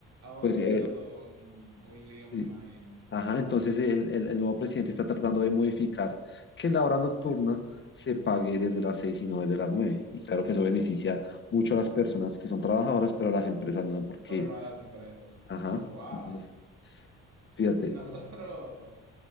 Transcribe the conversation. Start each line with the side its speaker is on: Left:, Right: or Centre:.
Right: Oh,
Left: pues...
Right: eso
Left: eh,
Right: creo todo un, un lío,
Left: sí,
Right: me imagino.
Left: Ajá, entonces el, el- el nuevo presidente está tratando de modificar que la hora nocturna se pague desde las seis y no desde las nueve. Y claro que eso beneficia mucho a las personas que son trabajadoras, pero a las empresas no, porque,
Right: Pero no a las empresas.
Left: ajá,
Right: Wow.
Left: entonces,
Right: S-
Left: fíjate.
Right: Nosotros,